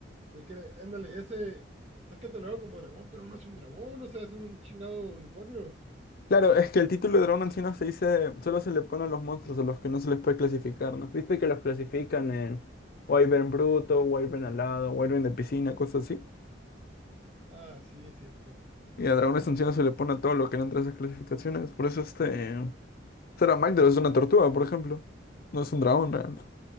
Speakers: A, on the right (about 35°); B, on the left (about 55°).
A: El que, era- ándale, ese está catalogado como dragón, pero no es un dragón, o sea, es un chingado unicornio.
B: Claro, es que el título de dragón anciano se dice, solo se le pone a los monstruos a los que no se les puede clasificar, ¿no? Viste que los clasifican en Wyvern bruto, Wyvern alado, Wyvern de piscina, cosas así.
A: Ah, sí, es cierto.
B: Y a dragones ancianos se le pone a todo lo que no entra a esas clasificaciones. Por eso este... Saramagdros es una tortuga, por ejemplo. No es un dragón, ¿no?